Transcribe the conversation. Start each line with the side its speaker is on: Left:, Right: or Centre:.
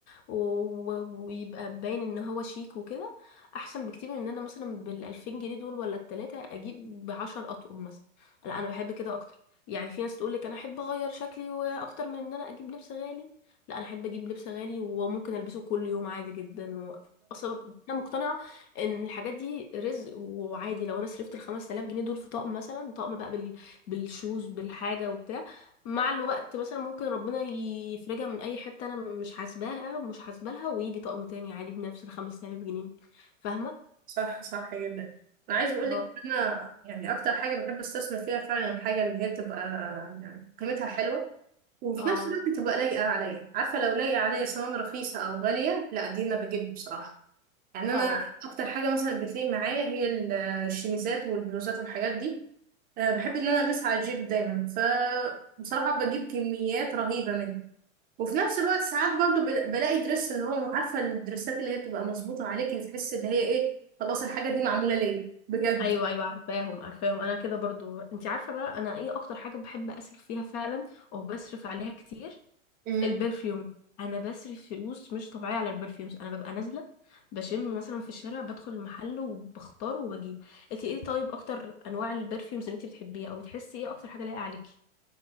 Left: و- ويبقى باين ان هو شيك وكده احسن بكتير من ان انا مثلا بالألفين جنيه دول ولا التلاتة اجيب بعشر اطقم مثلا لا انا بحب كده اكتر يعني في ناس تقولك انا احب اغير شكلي واكتر من ان انا اجيب لبس غالي لا انا احب اجيب لبس غالي وممكن البسه كل يوم عادي جدا و... اصلا انا مقتنعه ان الحاجات دي رزق وعادي لو انا صرفت ال 5000 جنيه دول في طقم مثلا طقم بقى بال... بالشوز بالحاجه وبتاع مع الوقت مثلا ممكن ربنا يفرجها من اي حته انا مش حاسباها ومش حاسبه لها ويجي طقم تاني عادي بنفس ال 5000 جنيه فاهمه
Right: صح صح جدا انا عايز اقول
Left: اه
Right: لك ان انا يعني اكتر حاجه بحب استثمر فيها فعلا الحاجه اللي هي تبقى يعني قيمتها حلوه وفي
Left: اه
Right: نفس الوقت تبقى لايقه عليا عارفه لو لايقه عليا سواء رخيصه او غاليه لا دي انا بجيبها بصراحه يعني
Left: اه
Right: انا اكتر حاجه مثلا بتليق معايا هي ال- الشميزات والبلوزات والحاجات دي آه، بحب ان انا البسها على الجيب دايما فبصراحة بجيب كميات رهيبة منه وفي نفس الوقت ساعات برضو بل- بلاقي درس اللي هو عارفة الدرسات اللي هي بتبقى مظبوطة عليكي بتحس اللي هي ايه خلاص الحاجة دي معمولة ليا بجد
Left: ايوه ايوه عارفاهم عارفاهم انا كده برضو انت عارفه بقى انا ايه اكتر حاجه بحب اصرف فيها فعلا او بصرف عليها كتير
Right: امم
Left: البرفيوم انا بصرف فلوس مش طبيعيه على البرفيومز انا ببقى نازله بشم مثلا في الشارع بدخل المحل وبختار وبجيب انت ايه طيب اكتر انواع البرفيومز اللي انت بتحبيها او بتحسي ايه اكتر حاجه لايقه عليكي